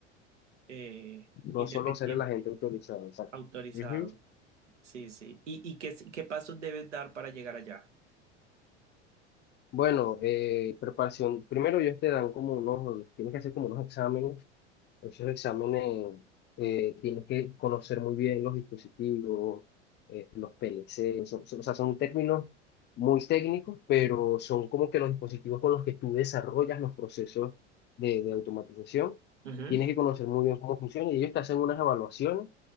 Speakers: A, on the right; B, on the left.
A: eh,
B: No
A: independiente,
B: solo ser el agente autorizado, exacto.
A: autorizado.
B: Ujú.
A: Sí, sí. ¿Y, y qué, qué pasos debes dar para llegar allá?
B: Bueno, eh, preparación. Primero ellos te dan como unos, tienes que hacer como unos exámenes Esos exámenes eh, tienes que conocer muy bien los dispositivos, eh, los PLC, son- son- o sea, son términos muy técnicos, pero son como que los dispositivos con los que tú desarrollas los procesos de, de automatización.
A: Ujú.
B: Tienes que conocer muy bien cómo funciona y ellos te hacen unas evaluaciones